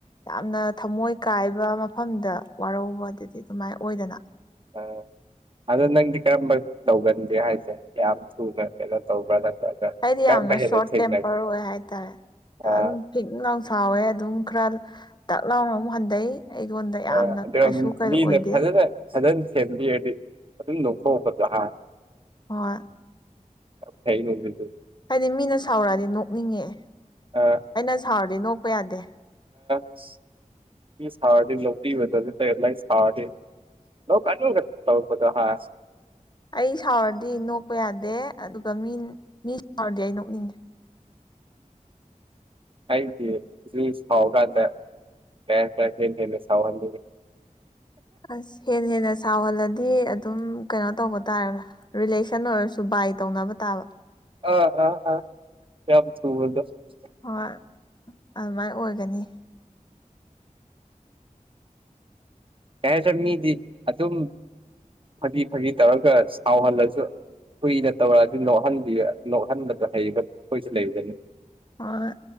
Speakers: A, on the left; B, on the right.
A: ꯌꯥꯝꯅ ꯊꯃꯣꯏ ꯀꯥꯏꯕ ꯃꯐꯝꯗ ꯋꯥꯔꯧꯕ ꯑꯗꯨꯗꯤ ꯑꯗꯨꯃꯥꯏ ꯑꯣꯏꯗꯅ <inaudible>
B: ꯑꯥ ꯑꯗꯣ ꯅꯪꯗꯤ ꯀꯔꯝꯕ ꯇꯧꯒꯟꯒꯦ ꯍꯥꯏꯁꯦ ꯌꯥꯝ ꯊꯨꯅ ꯀꯩꯅꯣ ꯇꯧꯕ꯭ꯔꯥ ꯅꯠꯇ꯭ꯔꯒ
A: ꯑꯩꯗꯤ
B: ꯀꯔꯝꯕ
A: ꯌꯥꯝꯅ
B: ꯍꯦꯟꯅ
A: ꯁꯣꯔꯠ
B: ꯊꯦꯡꯅꯒꯦ
A: ꯇꯦꯝꯄꯔ ꯑꯣꯏ ꯍꯥꯏꯇꯥꯔꯦ
B: ꯑꯥ
A: ꯑꯗꯨꯝ ꯐꯤꯛ ꯂꯥꯎ ꯁꯥꯎꯋꯦ ꯑꯗꯨꯝ ꯈꯔ ꯇꯥꯛ ꯂꯥꯎꯅ ꯑꯃꯨꯛ ꯍꯟꯊꯩ ꯑꯩꯉꯣꯟꯗ ꯌꯥꯝꯅ
B: ꯑ ꯑꯗꯨ
A: ꯀꯩꯁꯨ ꯀꯩ
B: ꯃꯤ
A: ꯑꯣꯏꯗꯦ
B: ꯐꯜꯅꯥ ꯁꯗꯟ ꯐꯦꯃꯤꯂꯤ ꯍꯥꯏꯗꯤ ꯑꯗꯨꯝ ꯂꯧꯊꯣꯛꯄꯗꯣ ꯍꯥꯏ
A: ꯍꯣꯏ
B: ꯀꯩꯅ ꯑꯗꯨꯗ
A: ꯍꯥꯏꯗꯤ ꯃꯤꯅ ꯁꯥꯎꯔꯛꯑꯗꯤ ꯅꯣꯛꯅꯤꯡꯉꯦꯑꯦ
B: ꯑꯥ
A: ꯑꯩꯅ ꯁꯥꯎꯔꯗꯤ ꯅꯣꯛꯄ ꯌꯥꯗꯦ
B: ꯃꯤꯅꯥ ꯁꯥꯑꯣꯔꯗꯤ ꯅꯣꯀꯄꯤꯕꯗꯣ ꯅꯥꯠꯔꯥ ꯅꯡ ꯁꯥꯑꯣꯔꯗꯤ ꯅꯀꯥꯅꯨ ꯒꯥ ꯇꯧꯔꯛꯄꯗꯣ ꯍꯥ
A: ꯑꯩ ꯁꯥꯎꯔꯗꯤ ꯅꯣꯛꯄ ꯌꯥꯗꯦ ꯑꯗꯨꯒ ꯃꯤ ꯃꯤ ꯁꯥꯎꯔꯗꯤ ꯑꯩ ꯅꯣꯛꯅꯤꯡꯉꯦ
B: ꯑꯩꯗꯤ ꯃꯤ ꯁꯥꯑꯣꯔꯛꯟꯗ ꯄ ꯄ ꯁꯥꯎꯋꯥꯟ
A: ꯑꯁ ꯍꯦꯅꯥ ꯍꯦꯅꯥꯁ ꯁꯥꯎꯍꯜꯂꯗꯤ ꯑꯗꯨꯝ ꯀꯩꯅꯣ ꯇꯧꯕ ꯇꯥꯔꯦꯕꯥ ꯔꯤꯂꯦꯁꯟ ꯑꯣꯏꯔꯁꯨ ꯕꯥꯏ ꯇꯧꯅꯕ ꯇꯥꯕ
B: ꯑꯥ ꯑꯥ ꯑꯥ ꯌꯥꯝꯝ ꯊꯨꯕꯗꯣ ꯀꯩ
A: ꯍꯣꯏ ꯑꯗꯨꯃꯥꯏꯅ ꯑꯣꯏꯒꯅꯤ
B: ꯌꯥꯗ꯭ꯔ ꯃꯤꯗꯤ ꯑꯗꯨꯝ ꯐꯗꯤ ꯐꯗꯤ ꯇꯧꯔꯒ ꯁꯥꯎꯍꯜꯂꯁꯨ ꯀꯨꯏꯅ ꯇꯧꯔ ꯑꯗꯨ ꯅꯣꯛꯍꯟꯕꯤ ꯅꯣꯛꯍꯟꯕꯗꯣ ꯍꯩꯕ ꯑꯩꯈꯣꯏꯁꯨ ꯂꯩꯗꯅ
A: ꯍꯣꯏ